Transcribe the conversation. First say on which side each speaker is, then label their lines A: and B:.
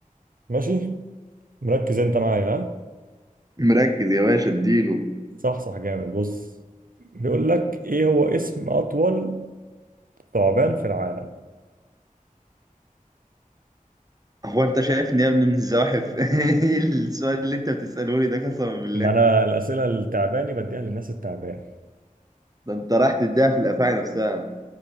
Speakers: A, on the right; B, on the right.
A: ماشي مركز انت معايا ها
B: مركز يا باشا اديله
A: صح صح جامد بص بيقول لك ايه هو اسم اطول ثعبان في العالم
B: هو انت شايفني يا ابني من الزواحف <laughs> ايه السؤال اللي انت بتسأله لي ده قسما بالله
A: ما انا الاسئله التعباني بديها للناس التعبان
B: ده انت راح تديها في الافاعي نفسها